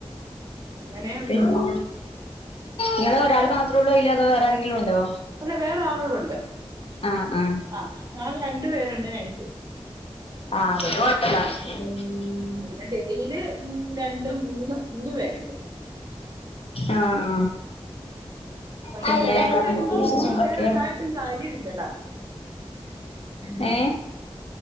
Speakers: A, on the right; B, on the left.
A: അങ്ങനെയുണ്ട്
B: പിന്നെ ഇങ്ങള് ഒരാള് മാത്രേ ഒള്ളു അയില് അതോ വേറെ ആരെങ്കിലും ഉണ്ടോ
A: അല്ല വേറ ആളുടൊണ്ട്
B: ആ ആ
A: ആ ഞങ്ങള് രണ്ട് പേരുണ്ട് നൈറ്റ്‌
B: ആ അതുകൊണ്ട് കൊഴപ്പല്ല ഉം
A: എടയില് രണ്ടും മൂന്ന് മൂന്ന് പേരുണ്ട്
B: ആ ആ
A: പക്ഷെ
B: പിന്നെ
A: തിരക്ക്
B: വേറെ
A: വരുമ്പോ
B: എന്തൊക്കെ വിശേഷങ്ങളൊക്കെ
A: മൂന്ന് പേരുണ്ടായിട്ടും കാര്യമില്ലടാ.
B: ഏ